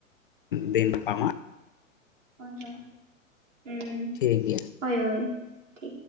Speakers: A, on the left; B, on the right.
A: ᱫᱤᱱ <unintelligible> ᱱᱟᱯᱟᱢᱟ
B: ᱦᱳᱭ ᱦᱳᱭ ᱦᱩᱸ
A: ᱴᱷᱤᱠ ᱜᱮᱭᱟ
B: ᱦᱳᱭ ᱦᱳᱭ ᱴᱷᱤᱠ